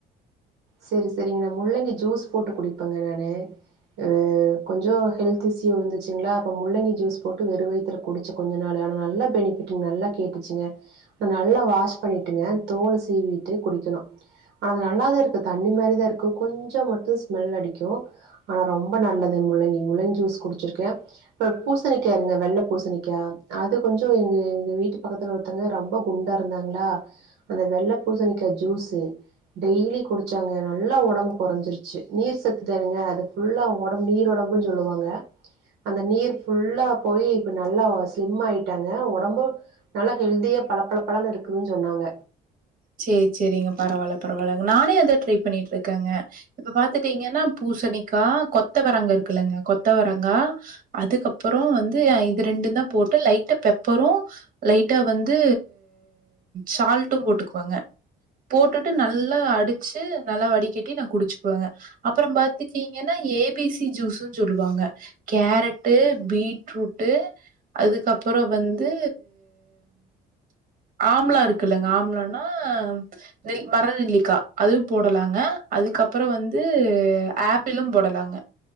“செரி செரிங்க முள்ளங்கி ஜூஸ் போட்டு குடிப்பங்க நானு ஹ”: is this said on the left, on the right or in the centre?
Right